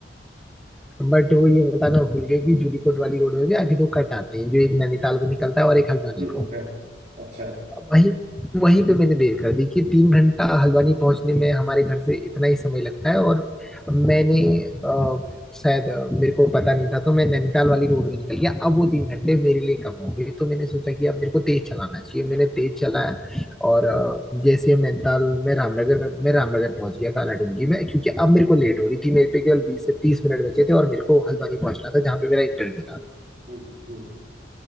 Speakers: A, in the centre; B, on the right.
A: बट वो ये बताना भूल गए कि जूलीकोट वाली रोड में भी आगे दो कट आते हैं जो एक नैनीताल को निकलता है और एक हल्द्वानी
B: हम्म
A: को
B: है अच्छा हम्म
A: वहीं वहीं पे मैंने देर कर दी कि तीन घंटा हल्द्वानी पहुंचने में हमारे घर से इतना ही समय लगता है और मैंने अ, शायद अ, मेरे को पता नहीं था तो मैं नैनीताल वाली रोड में निकल गया अब वो तीन घंटे मेरे लिए कम हो गए तो मैंने सोचा कि अब मेरे को तेज चलाना चाहिए मैंने तेज चलाया और अ, जैसे हम नैनीताल में रामनगर में मैं रामनगर पहुंच गया कालाडूंगी में क्योंकि अब मेरे को लेट हो रही थी मेरे पे केवल बीस से तीस मिनट बचे थे और मेरे को हल्द्वानी पहुंचना था जहाँ पे मेरा इंटरव्यू था
B: हम्म हम्म।